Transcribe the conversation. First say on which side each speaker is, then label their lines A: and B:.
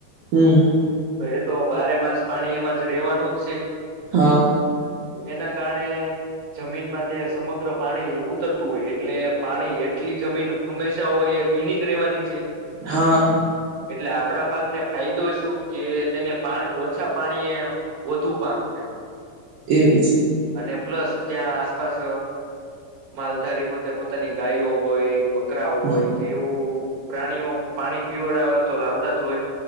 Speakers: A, on the right; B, on the right.
A: હમ.
B: તો એ તો બારે માસ પાણી એમાં જ રહેેવાનું જ છે.
A: હા
B: એના કારણે જમીનમાં તે સમગ્ર પાણી ઉતરતું હોય એટલે પાણી એ ટલી જમીન હંમેશા હોય એ ભીની જ રહેેવાની છે
A: હા
B: એટલે આપડા પાકને ફાયદો શું કે તેને પા ઓછા પાણીએ વધુ પાક થાય
A: એવું છે
B: અને પ્લસ ત્યાં આસપાસ માલધારી પોતે પોતાની ગાય હોય બકરા હોય
A: હમ
B: કે એવું પ્રાણીઓ પાણી પીવડા હોય તો લાવતા તો હોય